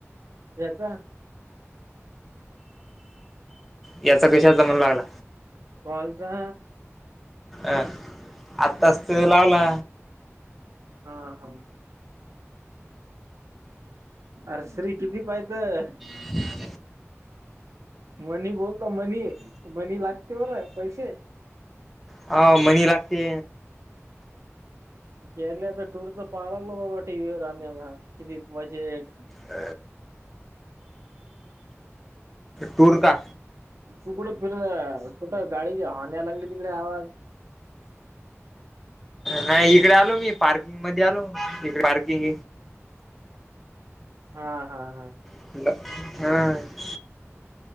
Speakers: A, on the right (about 80°); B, in the centre.
A: याचा
B: याचा कशाचा म्हण लागला
A: पालचा
B: अ आत्ता तासत लावला
A: हा हा अर श्री किती पाहि तर
B: ह
A: मनी बोलतो मनी मनी लागते होर पैसे
B: अ मणी लागते
A: केरल्याचा टूर तर पाहा लागलो बाबा टी व्वरर आम्ही आ किती बजेट
B: अ टूर का
A: तू कुठं फिर कुठं गाडीच्या हण्याला लागली तिकडे आवाज
B: नाही इकडे आलो मी पार्किंग मध्ये आलो इकडे पार्किंग
A: हा हा हा
B: हा